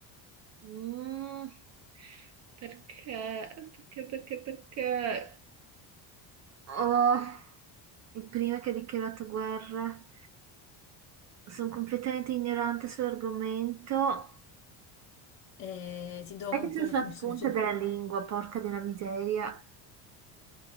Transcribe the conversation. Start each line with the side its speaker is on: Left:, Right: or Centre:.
Right: mm, perché, perché, perché, perché... Oh, il primo che ha dichiarato guerra. Sono completamente ignorante sull'argomento.
Left: E ti do
Right: Sai
Left: un,
Right: che c'è
Left: con-
Right: sulla
Left: un
Right: punta
Left: sugge-
Right: della lingua, porca di una miseria.